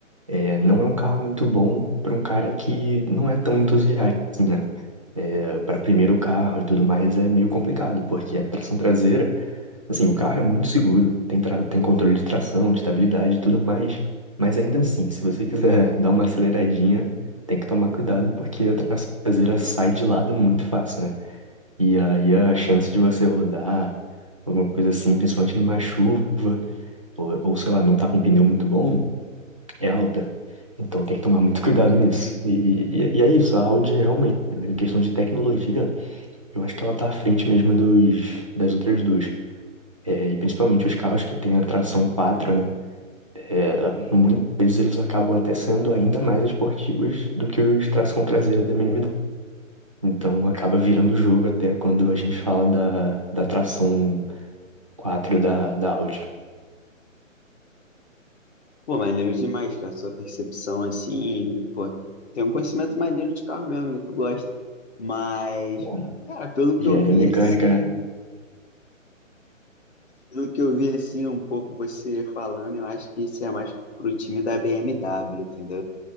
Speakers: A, on the right (about 25°); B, on the left (about 55°).
A: É, não é um carro muito bom para um cara que não é tão entusiasta, assim, né? É, para primeiro carro e tudo mais é meio complicado, porque a tração traseira, assim, o carro é muito seguro, tem, tra- tem controle de tração, de estabilidade e tudo mais. Mas ainda assim, se você quiser <laughs> dar uma aceleradinha, tem que tomar cuidado, porque a tração traseira sai de lado muito fácil, né? E aí a chance de você rodar, alguma coisa assim, principalmente numa chuva, ou, ou sei lá, não tá com pneu muito bom é alta. Então tem que tomar muito <laughs> cuidado nisso. E, e- e é isso, a Audi realmente, né, em questão de tecnologia, eu acho que ela tá à frente mesmo dos, das outras duas. É, e principalmente os carros que têm a tração 4, né? É, muitas vezes eles acabam até sendo ainda mais esportivos do que os tração traseira da BMW. Então acaba virando o jogo até quando a gente fala da, da tração 4 da, da Audi.
B: Pô, maneiro demais, cara. Sua percepção assim, pô. Tem um conhecimento maneiro de carro mesmo, né? Tu gosta. Mas,
A: Bom,
B: cara, pelo que
A: engenharia
B: eu vi
A: mecânica,
B: assim,
A: né?
B: Pelo que eu vi assim um pouco você falando, eu acho que isso é mais pro time da BMW, entendeu?